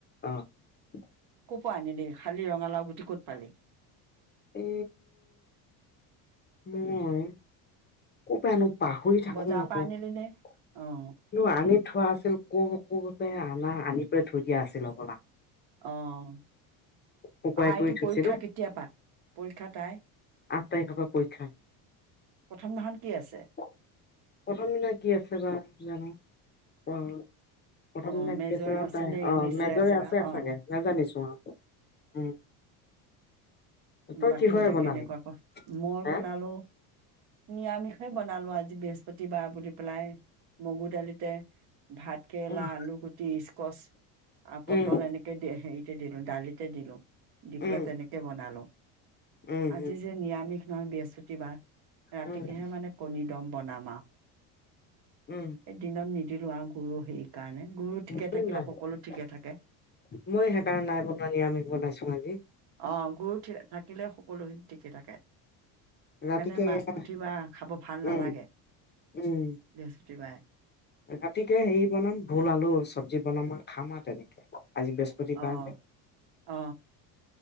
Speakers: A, on the left (about 25°); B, on the right (about 55°).
A: অ' <inaudible> <unintelligible>
B: কৰ পৰা আনিলি শালী ৰঙালাও গুটি ক'ত পালি?
A: এ মই ক'ৰপৰা আনো পাহৰি থাকো
B: বজাৰৰ
A: নহয়।
B: পৰা আনিলি নে
A: কিন্তু
B: অ',
A: আনি থোৱা আছিল। ক ক বাপে আনা আনি পেলাই থৈ দিয়া আছিল হবলা?
B: অহ।
A: শুকুৱাই
B: অ', এইটো
A: কৰি থৈছিলো
B: পৰীক্ষা কেতিয়া পা? পৰীক্ষা তাই
A: আঠ তাৰিখৰ পা পৰীক্ষা।
B: প্ৰথম দিনাখন কি আছে
A: প্ৰথম দিনা কি আছে বা, জানো? <unintelligible> প্ৰথম
B: অ',
A: দিনা
B: মেজৰ
A: কি আছে তাই
B: নে ইংলিছে
A: অহ, মেজৰে আছে
B: বা অ',
A: চাগে নাজানিছো আৰু, উম। তই
B: বাকি
A: কিহৰে
B: এতিয়া
A: বনালি
B: কেনেকুৱা ক'? মই
A: হা
B: বনালোঁ। নিৰামিষেই বনালো আজি বৃহস্পতিবাৰ বুলি পেলাই মগু দালিতে ভাত কেৰেলা,
A: উম
B: আলু গুটি, স্কোচ আৰু পটল
A: উম
B: এনেকে হেৰিতে দিলো দালিতে দিলো, দি পেলাই
A: উম
B: তেনেকে বনালো।
A: উম
B: আজি
A: উম
B: যে নিৰামিষ মিষ নহয় বিয়েচ প্ৰতিবাৰ ৰাতিকেহে
A: উম
B: মানে কণী দম বনাম আৰু।
A: উম
B: এই দিনত নিদিলো আৰু গুৰু সেই কাৰণে গুৰু ঠিকে
A: ময়ো
B: থাকিলে
A: নাই,
B: সকলো ঠিকে
A: মই
B: থাকে
A: সেইকাৰণে নাই বনোৱা নিৰামিষ বনাইছো আজি।
B: অ গুৰু ঠি থাকিলে সকলো ঠিকে থাকে। সেইকাৰণে
A: ৰাতিকে
B: মাছ
A: এয়া,
B: পুঠি বা খাব ভাল নালাগে
A: উম উম
B: বৃহস্পতিবাৰে
A: ৰাতিকে হেৰি বনাম ভোল আলু চব্জি বনাম আৰু খাম আৰ তেনেকে। আজি বৃহস্পতিবাৰ
B: অ,
A: যে
B: অ